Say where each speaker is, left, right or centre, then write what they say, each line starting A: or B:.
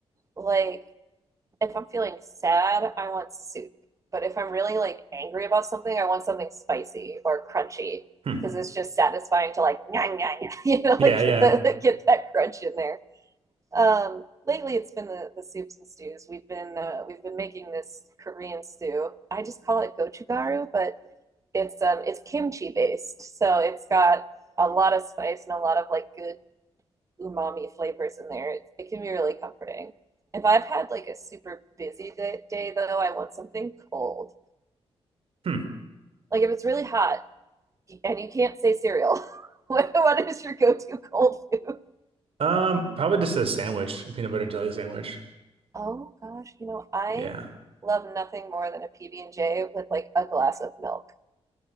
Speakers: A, on the right; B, on the right.
A: Like if I'm feeling sad, I want soup. But if I'm really like angry about something, I want something spicy or crunchy
B: Hmm.
A: because it's just satisfying to like nyah, nyah, nyah, <laughs> you know,
B: Yeah,
A: like
B: yeah.
A: get the <laughs> get that crunch in there. Um, lately, it's been the, the soups and stews. We've been uh, we've been making this Korean stew. I just call it gochugaru, but it's um it's kimchi based, so it's got a lot of spice and a lot of like good umami flavors in there. It, it can be really comforting. If I've had like a super busy day, day though, I want something cold.
B: Hmm.
A: Like if it's really hot and you can't say cereal, <laughs> what, what is your go-to cold food?
B: Um, probably just a sandwich, a peanut butter and jelly sandwich.
A: Oh gosh, you know I
B: Yeah.
A: love nothing more than a PB and J with like a glass of milk.